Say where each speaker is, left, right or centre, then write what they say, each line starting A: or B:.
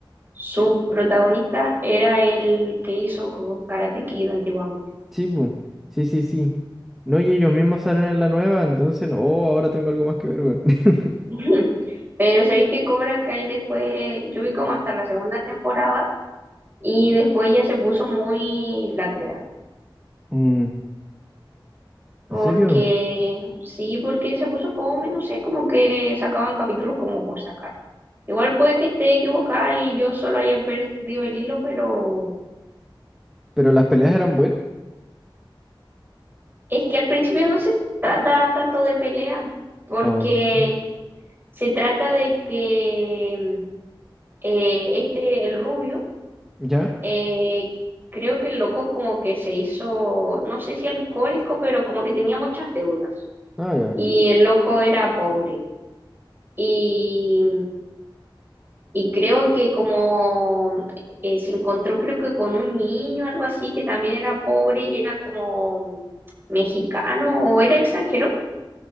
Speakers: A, on the right; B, in the centre.
A: subprotagonista, era el que hizo co- Karate Kid antiguamente.
B: Sí, pu, Sí, sí, sí. No, y ellos mismos salen en la nueva, entonces, no, oh, ahora tengo algo más que ver, weón. <laughs>
A: <laughs> Pero sabéis que Cobra Kai después, yo vi como hasta la segunda temporada y después ya se puso muy latera.
B: Mm,
A: Porque,
B: ¿en serio?
A: sí, porque se puso fome, no sé, como que sacaban capítulos como por sacar. Igual puede que esté equivocada y yo solo haya perdido el hilo, pero
B: ¿Pero las peleas eran buenas?
A: Es que al principio no se trata tanto de pelea, porque
B: Oh,
A: se trata de que eh, este, el rubio,
B: ¿ya?
A: eh, creo que el loco como que se hizo, no sé si alcohólico, pero como que tenía muchas deudas.
B: Ah, ya.
A: Y el loco era pobre. Y, y creo que como eh, se encontró, creo que con un niño, algo así, que también era pobre y era como mexicano o era extranjero.